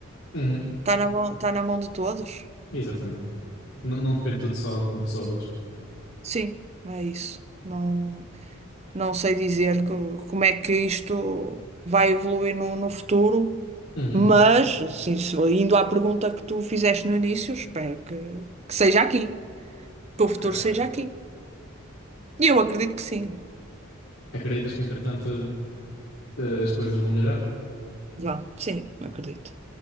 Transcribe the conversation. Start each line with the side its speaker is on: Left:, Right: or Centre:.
Left: Uhum,
Right: está na mão, está na mão de todos.
Left: exatamente. Não, não depende tudo só de uma pessoa ou duas.
Right: Sim, é isso. Não. Não sei dizer co- como é que isto vai evoluir no, no futuro,
Left: Uhum,
Right: mas, sim, se- indo à pergunta que tu fizeste no início, espero que, que seja aqui, que o futuro
Left: ok,
Right: seja
Left: ok.
Right: aqui. E eu acredito que sim.
Left: Acreditas que entretanto eh, as coisas vão melhorar?
Right: Vá, sim, acredito.